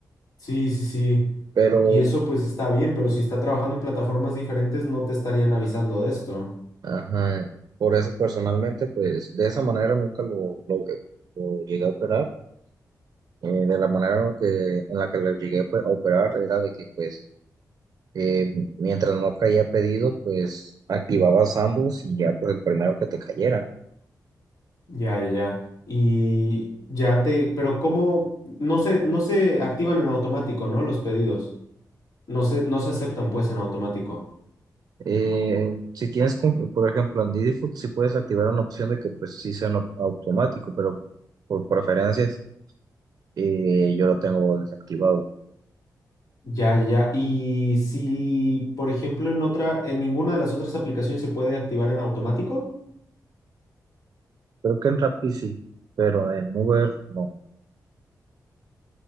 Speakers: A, on the left; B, on the right.
A: Sí, sí, sí.
B: Pero,
A: Y eso pues está bien, pero si está trabajando en plataformas diferentes no te estarían avisando de esto.
B: ajá, por eso personalmente, pues de esa manera nunca lo, lo, lo llegué a operar. Eh, de la manera en que, en la que lo llegué a pe- a operar era de que pues eh, mientras no caía pedido, pues activabas ambos y ya pues el primero que te cayera.
A: Ya, ya, ya. Y ya te, pero ¿cómo? No se, no se activan en automático, ¿no? Los pedidos. No se, no se aceptan pues en automático.
B: Eh, si tienes, como- por ejemplo, en Didi Food, sí puedes activar una opción de que pues sí sea no- automático, pero por preferencias eh, yo lo tengo desactivado.
A: Ya, ya. Y si, por ejemplo, en otra, en ninguna de las otras aplicaciones se puede activar en automático.
B: Creo que en Rappi sí, pero en Uber no.